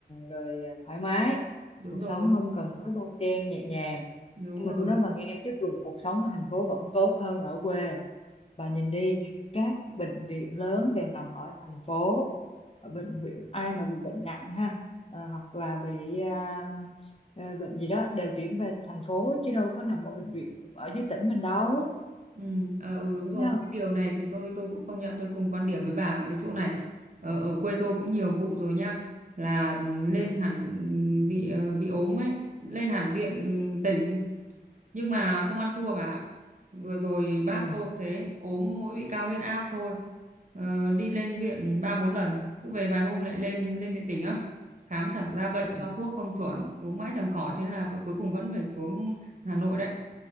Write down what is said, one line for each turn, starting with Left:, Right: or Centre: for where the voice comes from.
Left: rồi à, thoải mái,
Right: đúng
Left: cuộc
Right: rồi
Left: sống không cần quá bon chen nhẹ nhàng.
Right: đúng
Left: nhưng
Right: rồi
Left: mà tôi nói bà nghe chất lượng cuộc sống ở thành phố vẫn tốt hơn ở quê bà nhìn đi các bệnh viện lớn đều nằm ở thành phố Ở bệnh viện ai mà bị bệnh nặng ha ờ, hoặc là bị à, ờ, bệnh gì đó đều chuyển về thành phố chứ đâu có nằm ở bệnh viện ở dưới tỉnh mình đâu
Right: Ừ, à, ừ đúng rồi
Left: thấy không
Right: cái điều này thì tôi tôi cũng công nhận tôi cùng quan điểm với bà ở cái chỗ này ở, ở quê tôi cũng nhiều vụ rồi nha là ừ, lên
Left: ừ
Right: hẳn ừ, bị ờ, bị ốm ấy lên hẳn viện ừ, tỉnh nhưng mà không ăn thua bà ạ. vừa rồi bác
Left: ừ
Right: tôi cũng thế ốm mỗi bị cao huyết áp thôi Ờ, đi lên viện ba bốn lần cứ về vài hôm lại lên lên viện tỉnh á khám chẳng ra bệnh
Left: ừ
Right: cho thuốc không chuẩn uống mãi chẳng khỏi thế là cuối cùng vẫn phải xuống Hà Nội đấy